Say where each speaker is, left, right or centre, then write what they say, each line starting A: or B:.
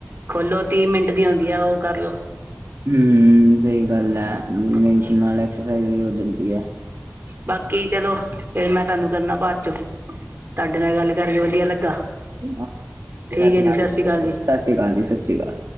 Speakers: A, on the right; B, on the right.
A: ਖੋਲ੍ਹੋ ਤੀਹ ਮਿੰਟ ਦੀ ਆਉਂਦੀ ਆ ਉਹ ਕਰ ਲਓ
B: ਹੂੰ ਹੂੰ ਸਹੀ ਗੱਲ ਏ
A: ਹਾਂਜੀ।
B: ਮਟ ਨਾਲ ਐਕਸਰਸਾਈਜ਼ ਵੀ ਹੋ ਜਾਂਦੀ ਏ
A: ਬਾਕੀ ਚਲੋ ਫਿਰ ਮੈਂ ਤੁਹਾਨੂੰ ਕਰਨਾ ਬਾਅਦ ਚੋਂ ਤੁਹਾਡੇ ਨਾਲ ਗੱਲ ਕਰਕੇ ਵਧੀਆ ਲੱਗਾ
B: ਸਾਡੇ
A: ਠੀਕ ਹੈ
B: ਨਾਲ
A: ਜੀ
B: ਸਤਿ
A: ਸ਼੍ਰੀ ਅਕਾਲ ਜੀ।
B: ਸ਼੍ਰੀ ਅਕਾਲ ਜੀ ਸਤਿ ਸ਼੍ਰੀ ਅਕਾਲ